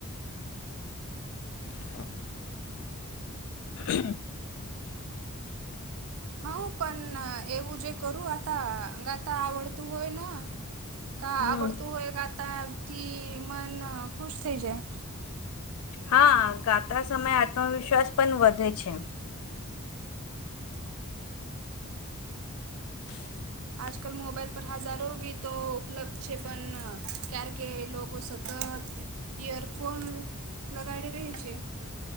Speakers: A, on the left (about 75°); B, on the right (about 65°).
A: <unintelligible> <unintelligible>
B: હા પણ એવું જે કરું આ ગાતા આવડતું હોય. કા
A: હમ
B: આવડતું હોય ગાતા થી મન ખુશ થઈ જાય
A: હા ગાતા સમયે આત્મવિશ્વાસ પણ વધે છે. <inaudible>
B: આજકાલ મોબાઈલ પર હજારો ગીતો ઉપલબ્ધ છે, પણ ક્ય્યારે કે લોકો સતત ઇયરફોન લગાડી રહી છે.